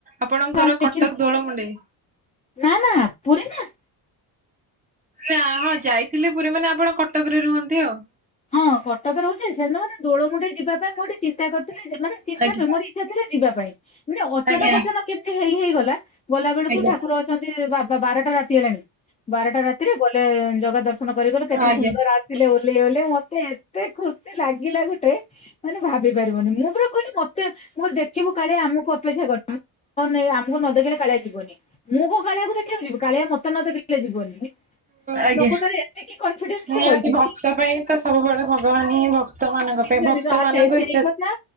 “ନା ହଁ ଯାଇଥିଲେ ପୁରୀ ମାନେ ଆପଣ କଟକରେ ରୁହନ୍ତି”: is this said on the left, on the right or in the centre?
Right